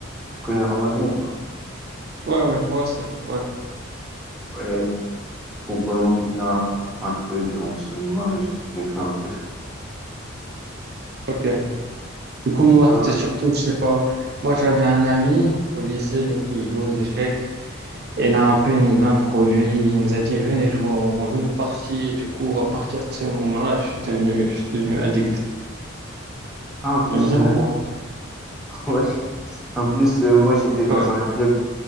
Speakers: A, in the centre; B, on the right.
A: Tu connais Ramadan ou pas?
B: Ouais, ouais, je vois, c'est... Ouais,
A: Ouais, pour vraiment m'occuper un, un peu durant ce mois, j- j'ai fait un peu.
B: ok. Du coup, moi,
A: Et toi?
B: c'était surtout, je sais pas... Moi, j'avais un ami au lycée, du coup, il joue aux échecs. Et là, un peu, il nous a introduit, il nous a dit, venez jouer, on on joue une partie. Et du coup, à partir de ce moment-là, je suis devenu, je suis devenu addict.
A: Ah, en plus,
B: Vraiment,
A: euh,
B: hein.
A: <laughs> ouais, en plus euh, moi j'étais dans
B: Ouais,
A: un club